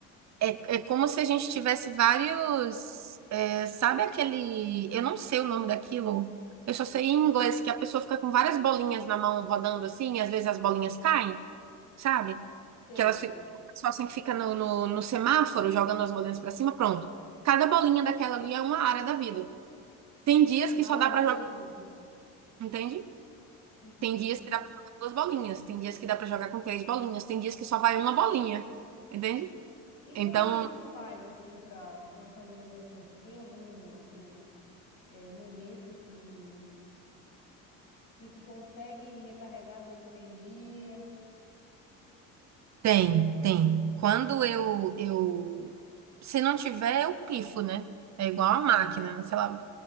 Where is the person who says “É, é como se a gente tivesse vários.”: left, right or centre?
Right